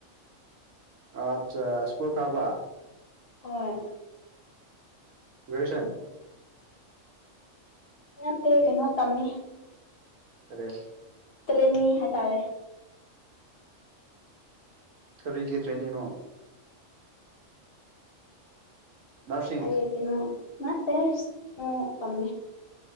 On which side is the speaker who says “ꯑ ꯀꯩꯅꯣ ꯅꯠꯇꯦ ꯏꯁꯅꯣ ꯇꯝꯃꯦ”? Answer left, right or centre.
Left